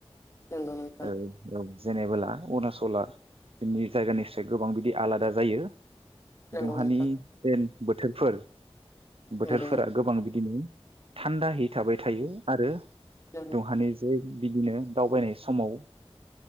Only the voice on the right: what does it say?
ओ औ जेनेबोला अरुणाचला जोंनि जायगानिफ्राय गोबां बिदि आलादा जायो
दुंहानि
बोथोरफोर बोथोरफोरा
गोबां बिदिनो थान्दाहै थाबाय थायो आरो
दहानि जै बिदिनो दावबायनाय समाव